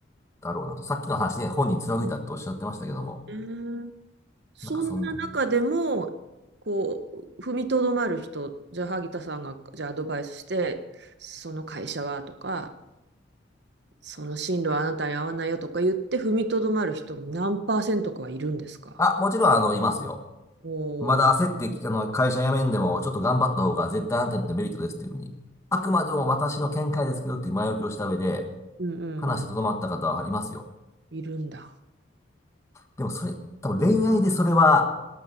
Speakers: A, on the left; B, on the right.
A: だろうなと。さっきの話ね、本人貫いたっておっしゃってましたけども、
B: うーんそんな中でも、
A: なんかそんな気がします。
B: こう、踏みとどまる人、じゃあ、萩田さんが、じゃあ、アドバイスして、その会社はとか、その進路はあなたに合わないよとか言って、踏みとどまる人、何パーセントかはいるんですか
A: あ、もちろん、あの、いますよ。
B: おお
A: まだ焦って、あの、会社辞めんでも、ちょっと頑張った方が絶対安定ってメリットですっていうふうに、あくまでも私の見解ですけどっていう前置きをした上で、
B: ー、うんうんう
A: 話してとどまった方はいますよ。
B: ん、いるんだ。
A: でもそれ、多分恋愛でそれは、